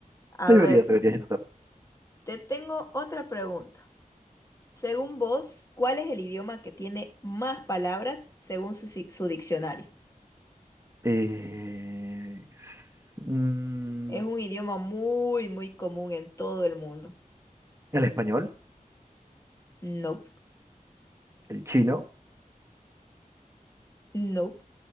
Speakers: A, on the left (about 20°); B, on the right (about 20°).
A: A
B: Deberías,
A: ver,
B: deberías intentar.
A: te tengo otra pregunta. Según vos, ¿cuál es el idioma que tiene más palabras según su, si- su diccionario?
B: Eh, s- mm,
A: Es un idioma muy, muy común en todo el mundo.
B: el español,
A: No,
B: el chino.
A: no.